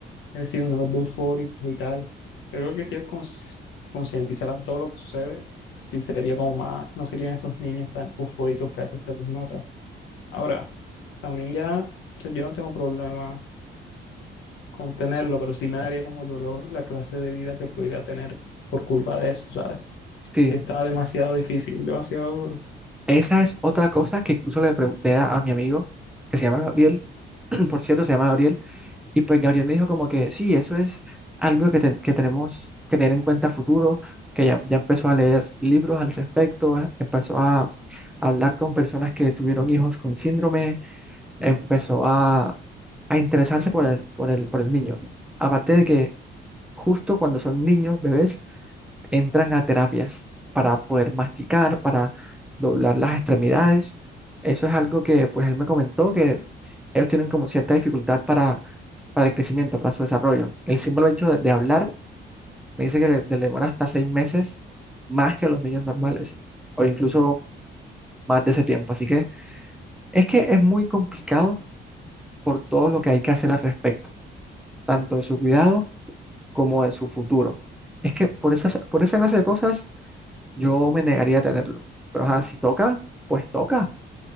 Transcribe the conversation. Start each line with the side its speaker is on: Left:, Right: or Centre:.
Left: Es decir, unos eufóricos y tal. Pero creo que si ellos cons- concientizaran todo lo que sucede, sí sería como más, no serían esos niños tan eufóricos que a veces se les nota. Ahora, también ya, o sea, yo no tengo problema contenerlo, pero sí me daría como dolor la clase de vida que pudiera tener por culpa de eso, ¿sabes?
Centre: Sí.
Left: Sí estaba demasiado difícil, demasiado duro.
Centre: Esa es otra cosa que incluso le pregunté a, a mi amigo, que se llama Gabriel, <clears throat> por cierto, se llama Gabriel, y pues Gabriel me dijo como que sí, eso es algo que, ten- que tenemos que tener en cuenta a futuro, que ya, ya empezó a leer libros al respecto, eh, empezó a hablar con personas que tuvieron hijos con síndrome, empezó a, a interesarse por el, por el, por el niño. Aparte de que justo cuando son niños, bebés, entran a terapias para poder masticar, para doblar las extremidades. Eso es algo que pues él me comentó que ellos tienen como cierta dificultad para, para el crecimiento, para su desarrollo. El símbolo hecho de, de hablar me dice que le, le demora hasta seis meses más que los niños normales o incluso más de ese tiempo. Así que es que es muy complicado por todo lo que hay que hacer al respecto, tanto de su cuidado como de su futuro. Es que por esas, por esa clase de cosas Yo me negaría a tenerlo. Pero ajá, si toca, pues toca,